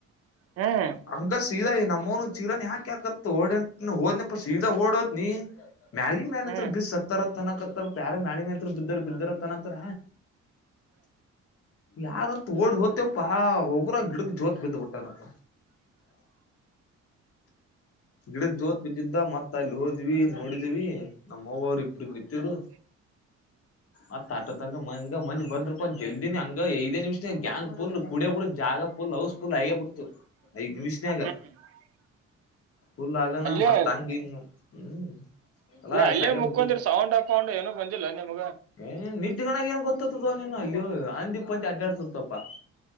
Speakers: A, on the right; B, on the left.
A: ಹ್ಮ್
B: ಹಂಗಸ್ ಸೀಾ ನಮ್ಮನು ಚೀರ ಯಾಕ್ಯಾಕತ್ ಡಂಟ ಹೋದ್ ಸೀದಾ ಓಡತ್ ನೀ ಮ್ಯಾಳಿ ಮನ್ಂತ್ರ
A: ಹ್ಮ್
B: ಬ್ ಸತ್ತಾರ ತನಕತ್ತಾರ ಪ ಯಾರ ಮ್ಯಾಳ ಮಿಂತ್ರ ಬಿದ್ದ ಬಾರ ತನತ್ರ ಯಾರ ತೋಡ್ ಹತ ಪಾ ಹೋಗ ರ ಗಿಡಕ್ ಜೋತ್ ಬಿದ್ದುಬಟ್ಟ ಏನಪ್ಪ ಗಿಡಕ್ ಜೋತ್ ಬಿದ್ದಿದ್ದ ಮತ್ತ ಅಲ್ಲಿ ಹೋದ್ವಿ ನೋಡಿದೀವಿ ನಮ್ಮವರು ಇಬ್ರ ನಿಂತಿದ್ರು
A: ಹ
B: ಆ ತಾಟ ತ ಮ ಮಂದ್ ಬಂದ್ರಪ್ಪ ಜಲ್ದಿನ ಹಂಗ ಐದೇ ನಿಮಿಷ ಗ್ಯಾಂಗ್ ಪುಲ್ ಕುಡಿಯ ಪಡ ಜಾಗ ಪುಲ್ ಲವಸ್ಫುಲ್ ಆಗ ಬಿಡ್ತು ಐದ್ ನಿಮಿಷನ ಆಗ
A: ಹ್ಮ್ ಹ್ಮ್
B: ಫುಲ್ ಆಗಾನ
A: ಅಲ್ಲೇ
B: ಮತ್ತತ್ಂಗಿ ಹ್ಮ್ ಕಲಾಸ್
A: ಇಲ್ಲ ಅಲ್ಲೇ
B: ಆಗೇ
A: ಮುಕ್ಕೊಂಡ್ರ
B: ಬಿಟ್ಟಿದ್
A: ಸೌಂಡ್ ಅಪ್ೌಂಡ್ ಏನು ಬಂದಿಲ್ಲ ನಿಮ್ಗ
B: ಏ ನಿದ್ದೆಗಣಾಗ ಏನ್ ಗೊತ್ತತದ ನೀನು ಅಲ್ಲಿ ಅಂದಿಪ್ಪ ಅಂತ ಅಡ್ಡಾಡ್ತರ್ತಪ್ಪಾ